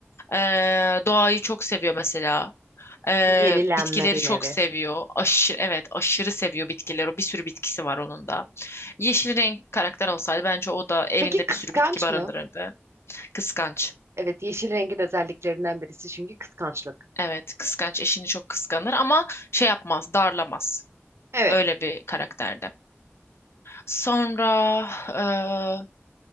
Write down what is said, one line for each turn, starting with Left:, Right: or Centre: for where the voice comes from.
Left: E, doğayı çok seviyor mesela. E,
Right: Yenilenme
Left: bitkileri
Right: bir
Left: çok
Right: nevi.
Left: seviyor. Aşırı, evet, aşırı seviyor bitkileri. Bir sürü bitkisi var onun da. Yeşil renk karakter olsaydı bence o da evinde
Right: Peki kıskanç
Left: bir sürü bitki barındırırdı.
Right: mı?
Left: Kıskanç.
Right: Evet, yeşil rengin özelliklerinden birisi çünkü kıskançlık.
Left: Evet, kıskanç. Eşini çok kıskanır ama şey yapmaz, darlamaz.
Right: Evet.
Left: Öyle bir karakterde. Sonra eee,